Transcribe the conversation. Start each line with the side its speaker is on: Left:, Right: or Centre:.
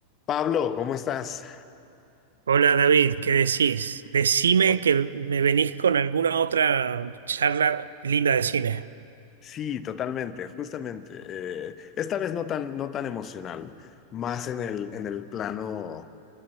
Left: Pablo, ¿cómo estás?
Right: Hola David, ¿qué decís? Decime
Left: O-
Right: que me venís con alguna otra charla linda de cine.
Left: Sí, totalmente, justamente. eh, esta vez no tan, no tan emocional, más en el, en el plano,